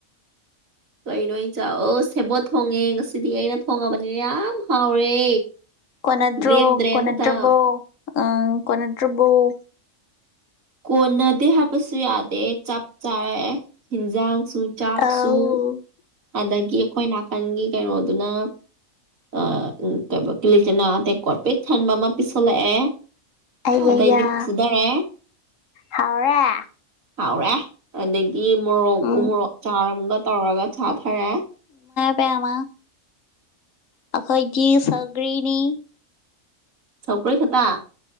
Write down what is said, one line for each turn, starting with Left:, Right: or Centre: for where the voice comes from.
Right: ꯀꯩꯅꯣ ꯏ ꯆꯥꯛ ꯑꯣ ꯁꯦꯕꯣꯠ ꯊꯣꯡꯉꯦ ꯉꯁꯤꯗꯤ ꯑꯩꯅ ꯊꯣꯡꯉꯕꯅꯤꯅ ꯌꯥꯝ ꯍꯥꯎꯔꯦ
Left: ꯀꯅꯦꯗ꯭ꯔꯣ
Right: ꯂꯦꯝꯗ꯭ꯔꯦ
Left: ꯀꯅꯦꯗ꯭ꯔꯣꯕꯣ
Right: ꯑꯝꯇ
Left: ꯑ ꯀꯅꯗ꯭ꯔꯕꯨꯣ
Right: ꯀꯣꯟꯅꯗꯦ ꯍꯥꯏꯕꯁꯨ ꯌꯥꯗꯦ ꯆꯞ ꯆꯥꯔꯦ ꯌꯦꯟꯖꯥꯡ ꯁꯨ ꯆꯥꯛꯁꯨ
Left: ꯑꯧ
Right: ꯑꯗꯒꯤ ꯑꯩꯈꯣꯏ ꯅꯥꯀꯟꯒꯤ ꯀꯩꯅꯣꯗꯨꯅ ꯑ ꯀꯂꯤꯆꯅꯥ ꯇꯦꯡꯀꯣꯠ ꯄꯤꯛ ꯊꯟꯕ ꯑꯃ ꯄꯤꯁꯜꯂꯛꯑꯦ
Left: ꯑꯌꯥ
Right: ꯑꯗꯩꯗꯤ ꯐꯨꯊꯔꯦ
Left: ꯍꯥꯎꯔꯦ
Right: ꯍꯥꯎꯔꯦ ꯑꯗꯨꯗꯒꯤ ꯇ ꯃꯣꯔꯣꯛ
Left: ꯎꯝ
Right: ꯎ ꯃꯣꯔꯣꯛ ꯆꯥꯔꯝꯒ ꯇꯧꯔꯒ ꯁꯥ ꯊꯔꯦ
Left: ꯄꯃ ꯑꯩꯈꯣꯏꯒꯤ ꯁꯒꯔꯤꯅꯤ
Right: ꯁꯧꯀ ꯈꯦꯇꯥ